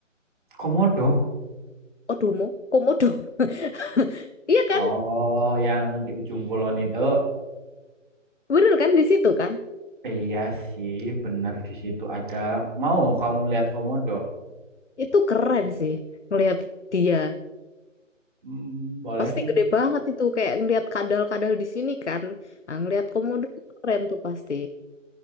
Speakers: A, on the right; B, on the left.
A: Komodo.
B: Odomo, komodo. <laughs> Iya kan?
A: Oh, yang di ujung kulon itu.
B: Bener kan di situ kan?
A: Iya sih, bener di situ ada. Mau kamu lihat komodo?
B: Itu keren sih ngelihat dia.
A: Hmm, boleh
B: Pasti
A: sih.
B: gede banget itu kayak ngelihat kadal-kadal di sini kan. Nah, ngelihat komodo keren tuh pasti.